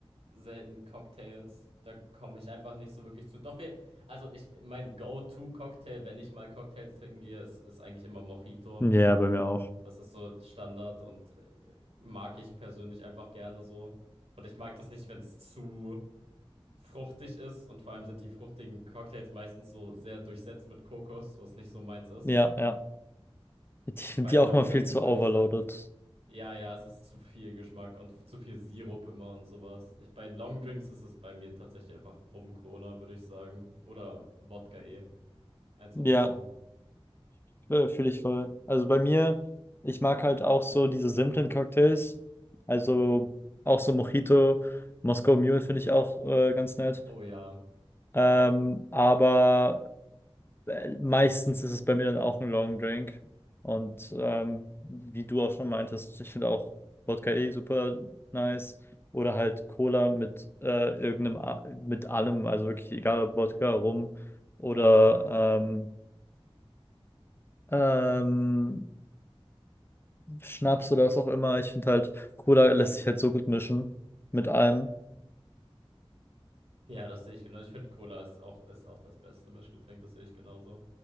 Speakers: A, on the right; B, on the left.
A: selten Cocktails. Da komme ich einfach nicht so wirklich zu. Doch wir, also ich, mein Go-To-Cocktail, wenn ich mal Cocktails trinken gehe, ist, ist eigentlich immer Mojito.
B: Ja, bei mir auch.
A: Das ist so Standard und äh, mag ich persönlich einfach gerne so. Und ich mag das nicht, wenn es zu fruchtig ist. Und vor allem sind die fruchtigen Cocktails meistens so sehr durchsetzt mit Kokos, was nicht so meins ist.
B: Ja, ja. Ich
A: Bei
B: finde die
A: Long
B: auch mal viel
A: Drinks
B: zu overloaded.
A: würde ich sagen, Ja, ja, es ist zu viel Geschmack und zu viel Sirup immer und sowas. Ich, bei Longdrinks ist es bei mir tatsächlich einfach Rum-Cola, würde ich sagen. Oder Wodka eh. Eins von
B: Ja,
A: beidem.
B: fühle ich voll. Also bei mir, ich mag halt auch so diese simplen Cocktails. Also auch so Mojito, Moscow Mule finde ich auch äh, ganz nett.
A: Oh ja.
B: Ähm, aber äh, meistens ist es bei mir dann auch ein Long Drink. Und ähm, wie du auch schon meintest, ich finde auch Wodka eh super nice. Oder halt Cola mit äh, irgendeinem, A- mit allem, also wirklich egal ob Wodka, Rum oder ähm, ähm, Schnaps oder was auch immer. Ich finde halt, Cola lässt sich halt so gut mischen mit allem.
A: Ja, das sehe ich genau. Ich finde, Cola ist auch, ist auch das beste Mischgetränk, das sehe ich genauso.